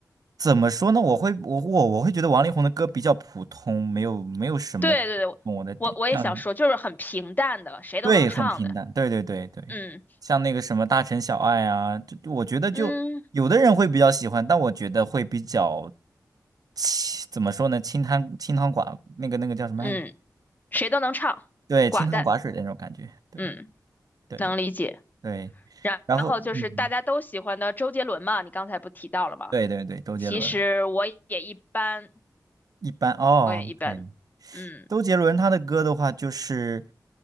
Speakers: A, on the right; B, on the left.
A: 怎么说呢？我会我我我会觉得王力宏的歌比较普通，没有没有什么懂我的点，
B: 对对对，我我也想说，
A: 嗯，
B: 就是很平淡的，谁都能唱的。
A: 对，很平淡，对对对对，
B: 嗯
A: 像那个什么大城小爱啊，就就我觉得就有的人会比较喜欢，
B: 嗯
A: 但我觉得会比较清，怎么说呢？清汤清汤寡那个那个叫什么来着？
B: 嗯，谁都能唱，
A: 对，
B: 寡淡。
A: 清汤寡水的那种感觉，对
B: 嗯，
A: 对对
B: 能理解。
A: 对，
B: 然然后就是大家都喜欢的周杰伦嘛，
A: 然后嗯，
B: 你刚才不提到了吗？
A: 对对对，周杰伦
B: 其实我也一般，
A: 一般哦，OK，
B: 我也一般。嗯，
A: 周杰伦他的歌的话就是